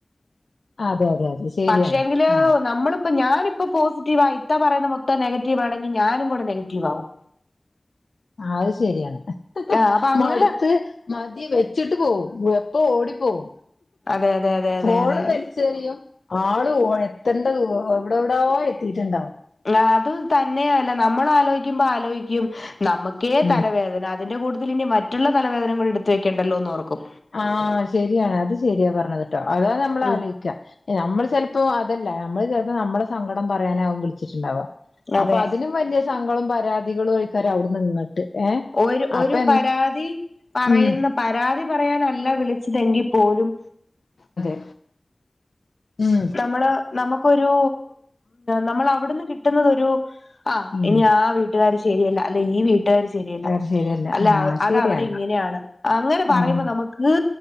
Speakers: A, on the left (about 90°); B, on the left (about 55°).
A: അതെ അതെ അതെ ശരിയാണ്
B: പക്ഷെങ്കില്
A: ആഹ്
B: നമ്മള് പ്പ ഞാനിപ്പോ പോസിറ്റീവാ, ഇത്ത പറയുന്നമൊത്തം നെഗറ്റീവ് ആണെങ്കി ഞാനും കൂടെ നെഗറ്റീവ് ആവും.
A: അത് ശരിയാണ്.
B: ആഹ് അപ്പൊ അങ്ങനെ
A: മടുത്ത് മതി വെച്ചിട്ട് പോവും എപ്പോ ഓടിപ്പോവും
B: അതെ അതെ അതെ അതെ അതെ
A: ഫോള്
B: അതെ
A: വല്ച്ചറിയ ആള് വയത്തേണ്ട എവിടെവിടോ എത്തിട്ടുണ്ടാവും.
B: ആഹ് അത് തന്നെയല്ല നമ്മൾ ആലോചിക്കുമ്പോ ആലോയ്ക്കും നമ്മു ക്കെ
A: ഉം
B: തലവേദന അതിന്റെ കൂട്ടത്തിൽ ഇനി മറ്റുള്ള തലവേദന കൂടെ എടുത്ത് വെക്കേണ്ടല്ലോന്ന് ഓർക്കും.
A: ആഹ് ശരിയാ അത് ശരിയാ പറഞ്ഞത്ട്ടോ അതാ നമ്മൾ
B: ഉം
A: ആലോയ്ക്കാ നമ്മള് ചെലപ്പോ അതല്ല നമ്മള് ചിലപ്പോ നമ്മളെ സങ്കടം പറയാനാവും വിളിച്ചിട്ടുണ്ടാവാ.
B: അതെ
A: അപ്പൊ അതിലും വല്യ സങ്കടങ്ങളും പരാതികളും ആയിക്കാരം അവിടെന്ന് ങ്ങട്ട് ഏഹ്
B: ഒരു ഒരു
A: അപ്പൊ
B: പരാതി പറയുന്ന
A: ഉം
B: പരാതി പറയാനല്ല വിളിച്ചതെങ്കി പോലും
A: അതെ ഉം
B: നമ്മള് നമുക്കൊരു നമ്മൾ അവിടുന്ന് കിട്ടുന്നതോരു ആഹ്
A: ഉം
B: ഇനി ആ വീട്ടുകാര് ശരിയല്ല അല്ല ഈ വീ ട്ട്കാര് ശരിയല്ല.
A: അത് ശരിയല്ല
B: അല്ല
A: ആഹ്
B: അതവിടെ
A: ശരിയാണ്
B: ഇങ്ങനെയാണ് അങ്ങനെ പറയുമ്പോ
A: ആഹ്
B: നമുക്ക് ഇത്